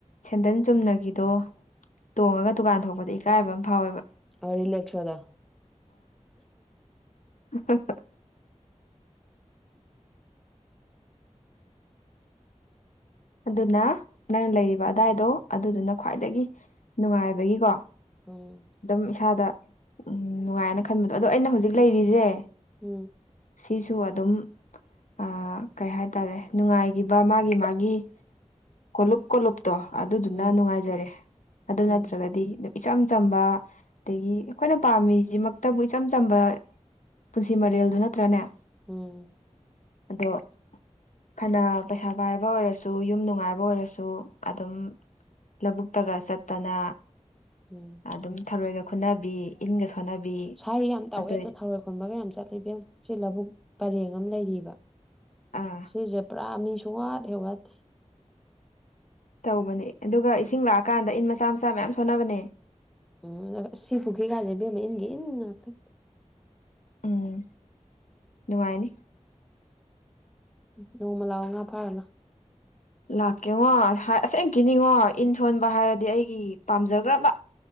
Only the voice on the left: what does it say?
ꯁꯦꯟꯗꯟ ꯆꯨꯝꯅꯒꯤꯗꯣ ꯇꯣꯡꯉꯒ ꯗꯨꯀꯥꯟ ꯊꯣꯛꯄꯗ ꯏꯀꯥꯏꯕ ꯑꯃ ꯐꯥꯎꯋꯦꯕ
ꯍ <unintelligible> ꯑꯗꯨꯅ ꯅꯪ ꯂꯩꯔꯤꯕ ꯑꯗꯥꯏꯗꯣ ꯑꯗꯨꯗꯨꯅ ꯈ꯭ꯋꯥꯏꯗꯒꯤ ꯅꯨꯡꯉꯥꯏꯕꯒꯤꯀꯣ
ꯑꯗꯨꯝ ꯏꯁꯥꯗ ꯎꯝ ꯅꯨꯡꯉꯥꯏꯑꯦꯅ ꯈꯟꯕꯗꯣ ꯑꯗꯣ ꯑꯩꯅ ꯍꯧꯖꯤꯛ ꯂꯩꯔꯤꯁꯦ
ꯁꯤꯁꯨ ꯑꯗꯨꯝ ꯑ ꯀꯩ ꯍꯥꯏꯇꯥꯔꯦ ꯅꯨꯡꯉꯥꯏꯒꯤꯕ ꯃꯥꯒꯤ ꯃꯥꯒꯤ ꯀꯣꯂꯨꯞ ꯀꯣꯂꯨꯞꯨꯞꯇꯣ ꯑꯗꯨꯗꯨꯅ
ꯅꯨꯡꯉꯥꯏꯖꯔꯦ ꯑꯗꯨ
ꯅꯠꯇ꯭ꯔꯒꯗꯤ ꯏꯆꯝ ꯆꯝꯕ ꯑꯗꯒꯤ ꯑꯩꯈꯣꯏꯅ ꯄꯥꯝꯃꯤꯁꯤꯃꯛꯇꯕꯨ ꯏꯆꯝ ꯆꯝꯕ ꯄꯨꯟꯁꯤ ꯃꯔꯦꯜꯗꯨ ꯅꯠꯇ꯭ꯔꯅꯦ
ꯑꯗꯣ ꯐꯅ ꯄꯩꯁꯥ ꯄꯥꯏꯕ ꯑꯣꯏꯔꯁꯨ ꯑꯣ ꯌꯨꯝ ꯅꯨꯡꯉꯥꯏꯕ ꯑꯣꯏꯔꯁꯨ ꯑꯗꯨꯝ ꯂꯧꯕꯨꯛ ꯇꯒ ꯆꯠꯇꯅ
ꯑꯗꯨꯝ ꯊꯔꯣꯏꯒ ꯈꯨꯟꯅꯕꯤ ꯏꯟꯒ ꯁꯣꯟꯅꯕꯤ
ꯑꯗꯩ
ꯑꯥ
ꯇꯧꯕꯅꯦ ꯑꯗꯨꯒ ꯏꯁꯤꯡ ꯂꯥꯛꯑꯀꯥꯟꯗ ꯏꯟ ꯃꯆꯥ ꯃꯆꯥ ꯃꯌꯥꯝ ꯁꯣꯟꯅꯕꯅꯦ
ꯎꯝ ꯅꯨꯡꯉꯥꯏꯅꯤ
ꯂꯥꯛꯀꯦꯉꯣ ꯍꯥꯏ ꯑꯁꯦꯡ ꯀꯤꯅꯤꯡꯉꯣ ꯏꯟ ꯁꯣꯟꯕ ꯍꯥꯏꯔꯗꯤ ꯑꯩꯒꯤ ꯄꯥꯝꯖꯒ꯭ꯔꯕ